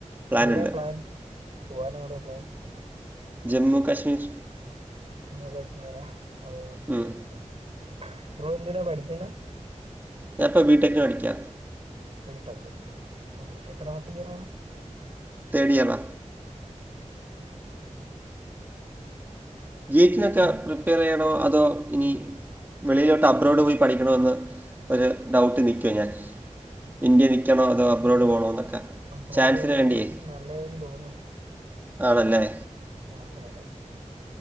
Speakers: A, on the right (about 15°); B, on the right (about 50°).
A: പ്ലാനുണ്ട്.
B: എവിടെയാ പ്ലാൻ പോവാൻ എവിടെയാ ഉള്ള.
A: ജമ്മു കശ്മീർ.
B: ജമ്മു കാശ്മീറാ, ആ ഓക്കെ,
A: ഉം.
B: ഓക്കെ, ബ്രോ എന്തിനാ പഠിക്കുന്നേ?
A: ഞാനിപ്പോ ബിടെക്കിന്. പഠിക്കാ.
B: ബിടെക്, എത്രാമത്തെ ഇയറ?
A: തോട് ഇയറ്
B: ഉം <unintelligible>
A: ജീറ്റിനൊക്കെ
B: അപ്പം
A: പ്രിപ്പയർ ചെയ്യണോ അതോ ഇനി വെളിയിലോട്ട് അബ്രോഡ് പോയി പഠിക്കണോഎന്ന്. ഒരു ഡൗട്ട് നിക്കുവാ ഞാൻ. ഇന്ത്യ നിക്കണോ അതോ അബ്രോഡ്
B: ഉം,
A: പോണോ എന്നൊക്കെ,
B: അബ്രോഡ്
A: ചാൻസിന്
B: പോകുന്നതായിരിക്കും
A: വേണ്ടിയേ.
B: നല്ലതെന്ന് തോന്നുണു
A: ആണല്ലേ
B: <unintelligible>